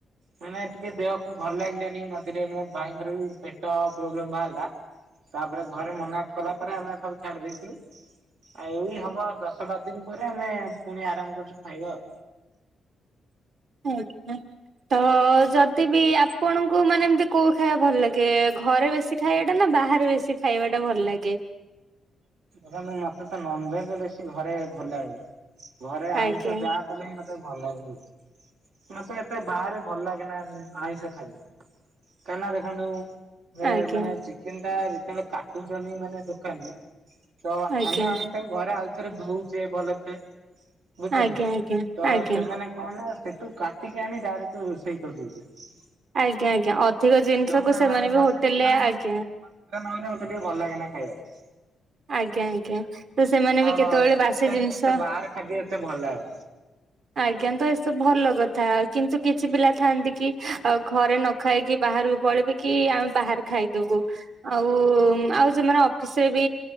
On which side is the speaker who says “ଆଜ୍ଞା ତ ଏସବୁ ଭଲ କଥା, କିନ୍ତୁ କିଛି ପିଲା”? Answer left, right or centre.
Right